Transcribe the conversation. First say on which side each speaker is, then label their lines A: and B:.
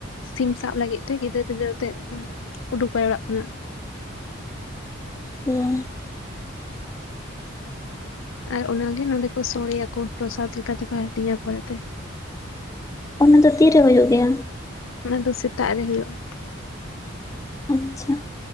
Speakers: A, on the left; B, on the left.
A: ᱥᱤᱢ ᱥᱟᱵ ᱞᱟᱹᱜᱤᱫ ᱛᱮ ᱜᱤᱫᱽᱨᱟᱹ ᱯᱤᱫᱽᱨᱟᱹ ᱛᱮᱜ ᱩᱸ ᱩᱰᱩᱠᱟᱭ ᱚᱲᱟᱜ ᱠᱷᱚᱱᱟᱜ᱾
B: <inaudible>
A: ᱟᱨ ᱚᱱᱟ ᱜᱮ ᱱᱚᱸᱰᱮ ᱠᱚ ᱥᱚᱲᱮ ᱭᱟᱠᱚ ᱯᱨᱚᱥᱟᱛ ᱞᱮᱠᱟ ᱛᱮᱠᱚ ᱦᱟᱹᱴᱤᱧᱟ ᱯᱚᱨᱮ ᱛᱮ᱾
B: ᱚᱱᱟ ᱫᱚ ᱛᱤᱨᱮ ᱦᱩᱭᱩᱜ ᱜᱮᱭᱟ?
A: ᱚᱱᱟ ᱫᱚ ᱥᱮᱛᱟᱜ ᱨᱮ ᱦᱩᱭᱩᱜ-ᱟ᱾
B: ᱟᱪᱪᱷᱟ